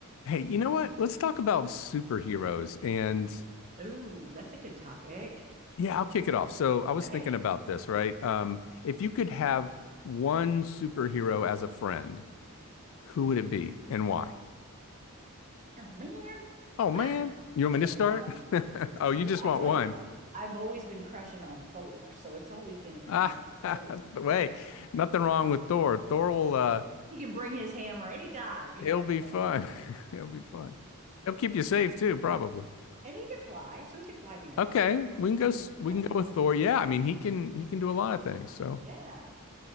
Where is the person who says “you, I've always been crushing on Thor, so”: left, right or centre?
Right